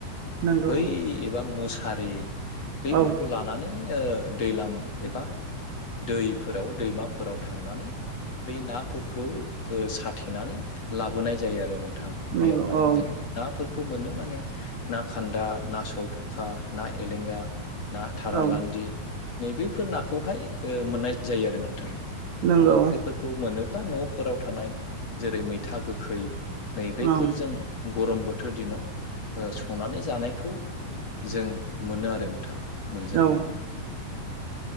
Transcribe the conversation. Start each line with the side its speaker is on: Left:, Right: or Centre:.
Right: नंगौ
Left: बै एबा मुस सारि बैफोरखौ
Right: औ
Left: लानानै ओ दैलां एबा दैफोराव दैमाफोराव थांनानै बै नाफोरखौ ओ साथेनानै लाबोनाय जायो आरो नों थां
Right: नंगौ
Left: बेयावहाय
Right: औ
Left: जों नाफो रखौ मोनो माने ना खान्दा ना सलथखा ना एलेंगा ना थारालान्दि
Right: औ
Left: नैबेफोर नाखौहाय ओ मोननाय जायो आरो नोंथां
Right: नंगौ
Left: आरो बेफोरखौ मोनोब्ला न'फोराव थानाय जेरै मैथा गोखै नैबेफोरजों
Right: औ
Left: गरम बो थोर दिनाव ओ संनानै जानायखौ जों मोनो आरो नों गोथां मोनजायो
Right: नंगौ
Left: माने